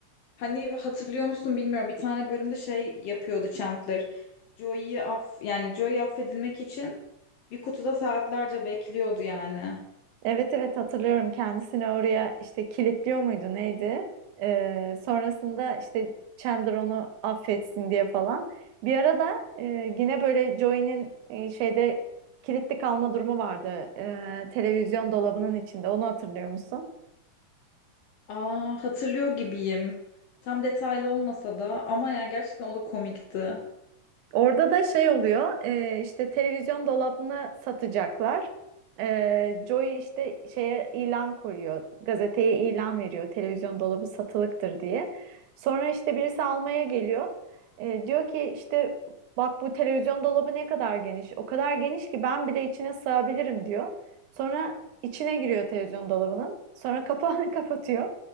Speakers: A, on the left; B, on the right.
A: Hani hatırlıyor musun bilmiyorum. Bir tane bölümde şey yapıyordu Chandler. Joey'yi aff yani Joey affedilmek için bir kutuda saatlerce bekliyordu yani.
B: Evet evet hatırlıyorum kendisini oraya işte kilitliyor muydu neydi? Ee, sonrasında işte Chandler onu affetsin diye falan. Bir arada e, yine böyle Joey'nin e, şeyde kilitli kalma durumu vardı. Ee, televizyon dolabının içinde onu hatırlıyor musun?
A: Aa hatırlıyor gibiyim. Tam detaylı olmasa da ama ya gerçekten o da komikti.
B: Orada da şey oluyor, e, işte televizyon dolabını satacaklar. E, Joey işte şeye ilan koyuyor, gazeteye ilan veriyor, televizyon dolabı satılıktır diye. Sonra işte birisi almaya geliyor. E, diyor ki işte bak bu televizyon dolabı ne kadar geniş, o kadar geniş ki ben bile içine sığabilirim diyor. Sonra içine giriyor televizyon dolabının. Sonra kapağını <laughs> kapatıyor.